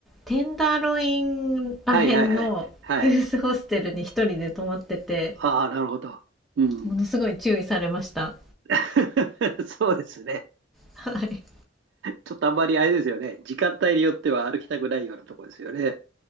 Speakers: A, in the centre; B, on the right.
A: テンダーロインらへんのユースホステルに一人で泊まってて、
B: はい、はい、はい。はい。ああ、なるほど。うん。
A: ものすごい注意されました。
B: <laughs> そうですね。
A: はい。
B: ちょっとあんまりあれですよね。時間帯によっては歩きたくないようなところですよね。